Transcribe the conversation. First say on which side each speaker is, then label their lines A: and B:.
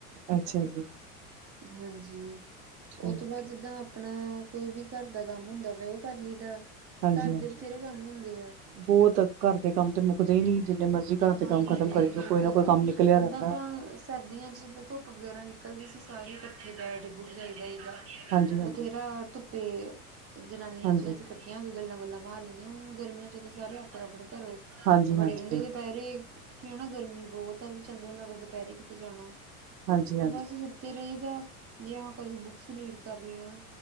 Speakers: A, on the right; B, on the right.
A: ਅੱਛਾ ਜੀ,
B: ਹਾਂਜੀ
A: ਠੀਕ
B: ਉਹ ਤੋਂ ਬਾਅਦ ਜਿੱਦਾਂ
A: ਹੈ,
B: ਆਪਣਾ ਕੋਈ ਵੀ ਘਰ ਦਾ ਕੰਮ ਹੁੰਦਾ ਵਾ ਉਹ ਕਰ ਲਈਦਾ ਏ।
A: ਹਾਂਜੀ-
B: ਘਰ
A: ਹਾਂਜੀ
B: ਦੇ ਬਥੇਰੇ ਕੰਮ ਹੁੰਦੇ ਆ।
A: ਬਹੁਤ ਘਰ ਦੇ ਕੰਮ ਤੇ ਮੂੰ ਮੁੱਕਦੇ ਹੀ ਨੀ ਜਿੰਨੇ ਮਰਜ਼ੀ ਘਰ ਤੇ
B: ਹਾਂਜੀ
A: ਕੰਮ ਖਤਮ
B: ਇਹ
A: ਕਰੀ ਜਾਓ, ਕੋਈ
B: ਤਾਂ
A: ਨਾ
B: ਹੈ।
A: ਕੋਈ ਕੰਮ ਨਿਕਲਿਆ
B: ਓਦਾਂ
A: ਰਹਿੰਦਾ।
B: ਤਾਂ ਸਰਦੀਆਂ ਚ ਜਿੱਦਾਂ ਧੁੱਪ ਵਗੈਰਾ ਨਿਕਲਦੀ ਸੀ ਸਾਰੇ ਇਕੱਠੇ ਬੈਠਦੀ ਬੁੜ ਜਾਦਾ ਸੀਗਾ
A: ਹਾਂਜੀ- ਹਾਂਜੀ,
B: ਬਥੇਰਾ ਧੁੱਪੇ ਜਨਾਨੀਆਂ
A: ਹਾਂਜੀ,
B: ਜਿਸੀ
A: ਹਾਂਜੀ-
B: ਪਿੱਠੀਆਂ ਹੋ ਕੇ ਗੱਲਾਂ ਗੁੱਲਾਂ ਮਾਰ ਲੈਂਦੀਆਂ, ਹੁਣ ਗਰਮੀਆਂ ਚ ਤਾਂ ਸਾਰੇ ਆਪੋ ਆਪਣੇ ਘਰੋਂ
A: ਹਾਂਜੀ-ਹਾਂਜੀ।
B: ਕਹਿੰਦੇ ਦੁਪਹਿਰੇ ਕਿਉਂ ਨਾ ਗਰਮੀ ਬਹੁਤ ਆ ਵੀ ਚੰਗਾ ਨੀ ਲੱਗਦਾ ਦੁਪਹਿਰੇ ਕਿਤੇ ਜਾਣਾ।
A: ਹਾਂਜੀ,
B: ਤੇ ਬਸ ਸੁੱਤੇ ਰਹੀਦਾ ਵੀ ਆ ਕਦੀ ਬੁੱਕਸ ਰੀਡ ਕਰ ਲਈ ਆ।